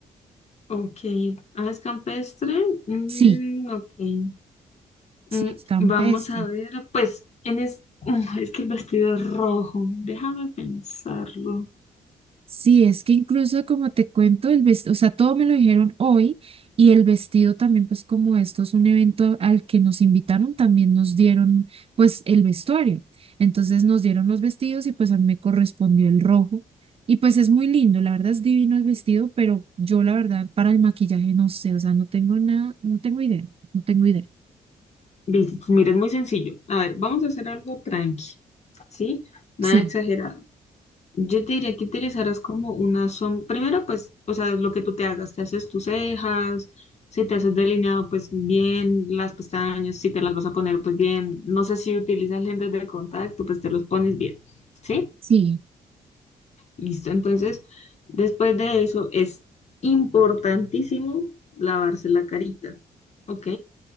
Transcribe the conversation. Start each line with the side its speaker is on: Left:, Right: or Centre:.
Left: ok. Aves campestre. mm,
Right: Sí,
Left: ok.
Right: sí,
Left: Mm,
Right: es campestre.
Left: vamos a ver, pues, en es, <laughs> Mm, es que el vestido es rojo. Déjame pensarlo.
Right: Sí, es que incluso como te cuento, el vestido, o sea, todo me lo dijeron hoy y el vestido también, pues como esto es un evento al que nos invitaron, también nos dieron pues el vestuario. Entonces nos dieron los vestidos y pues a mí me correspondió el rojo. Y pues es muy lindo, la verdad es divino el vestido, pero yo la verdad para el maquillaje no sé, o sea, no tengo nada, no tengo idea, no tengo idea.
Left: Listo, Mira, es muy sencillo. A ver, vamos a hacer algo tranqui, ¿sí? Nada
Right: Sí,
Left: exagerado. Yo te diría que utilizaras como una sombra. Primero, pues, o sea, lo que tú te hagas, te haces tus cejas, si te haces delineado, pues bien, las pestañas, si te las vas a poner, pues bien. No sé si utilizas lentes de contacto, pues te los pones bien. ¿Sí?
Right: sí.
Left: Listo. Entonces, después de eso, es importantísimo lavarse la carita. ¿Ok?